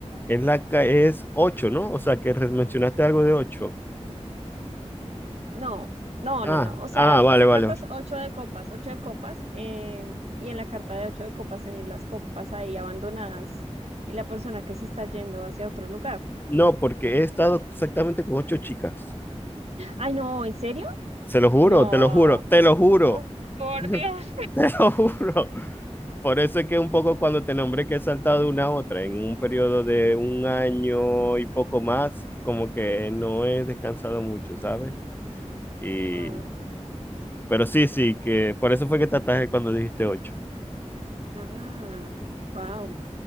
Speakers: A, on the left; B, on the right.
A: Es la ca- es 8, ¿no? O sea, que re- mencionaste algo de 8.
B: No, no,
A: Ah,
B: no, no. O sea,
A: ah, vale,
B: la
A: vale.
B: carta es ocho de copas, ocho de copas, eh, y en la carta de ocho de copas se ven las copas ahí abandonadas y la persona que se está yendo hacia otro lugar.
A: No, porque he estado exactamente con 8 chicas.
B: Ay, no, ¿en serio?
A: Se lo juro,
B: No,
A: te lo juro, te lo juro,
B: Oh, por Dios.
A: <laughs> te lo juro. Por eso es que un poco cuando te nombré que he saltado de una a otra en un periodo de un año
B: Claro.
A: y poco más, como que no he descansado mucho, ¿sabes? Y
B: Oh,
A: pero sí, sí, que por eso fue que te atajé cuando dijiste 8.
B: Ah, wow.